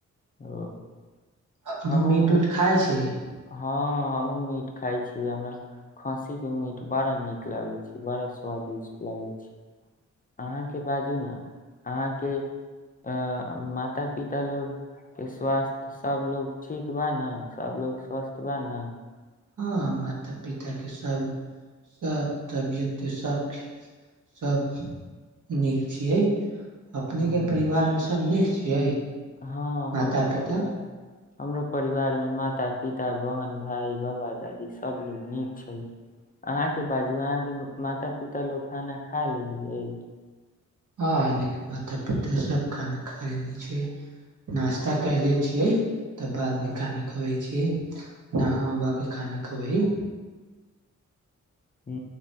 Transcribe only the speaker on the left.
ओ
हमहु
हँ हमहुँ मीट खाइ छी हमरा खस्सी के मीट बड़ा नीक लागे छैय बड़ा स्वादिष्ट लागे छैय अहाँके बाजू न अहाँके अ माता -पिता लोग के स्वास्थ सबलोग ठीक ठीक बा न सबलोग स्वस्थ बा न
हँ
हँ
हमरो
बढ़िया हमरो परिवार में माता, पिता, बहन, भाई, बाबा दादी सब लोग नीक छैय अहा के बाजू अहाँ के माता पिता लोग खाना खा लेलियै
ह
हू